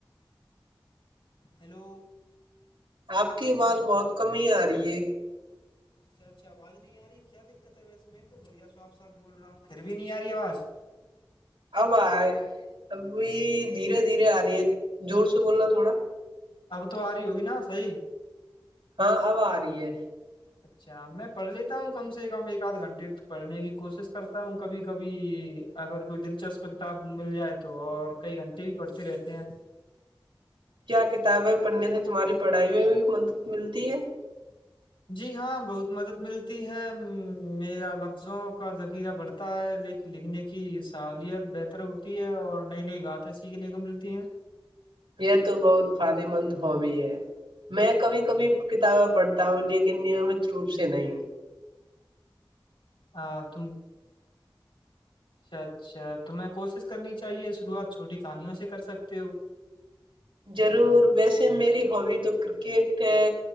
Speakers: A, on the left; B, on the right.
A: ہیلو
B: آپ کی آواز بہت کم ہی آ رہی ہے
A: اچھا اچھا آواز نہیں آ رہی کیا دقت ہے وس میں تو بڑھیا صو آپ صاحب بول رہا ہوں گھر بھی نہیں آ رہی آواز
B: اب آ ابھی دھیرے دھیرے آ رہی ہے زور سے بولنا تھوڑا
A: اب تو آ رہی ہوگی نا صی
B: ہاں اب آ رہی ہے
A: اچھا میں پڑھ لیتا ہوں کم سے کم ایک آدھ گھنٹے پڑھنے کی کوشش کرتا ہوں کبھی کبھی اگر کوئی دلچسپ کتاب مل جائے تو اور کئی گھنٹے بھی پڑھتے رہتے ہیں
B: کیا کتابیں پڑھنے سے تمہاری پڑھائی میں بھی مدد ملتی ہے
A: جی ہاں بہت مدد ملتی ہے میرا لفظوں کا ذخیرہ بڑھتا ہے ل لکھنے کی صلاحت بہتر ہوتی ہے اور نئی نئی باتیں سیکھنے کو ملتی ہیں
B: یہ تو بہت فائدے مند ہابی ہے میں کبھی کبھی کتابیں پڑھتا ہوں لیکن نیمت روپ سے نہیں
A: ہاں تم اچھا اچھا تو میںیں کوشش کرنی چاہیے شروعات چھوٹی کہانیوں سے کر سکتے ہو
B: ضرور ویسے میری ہابی تو کرکٹ ہے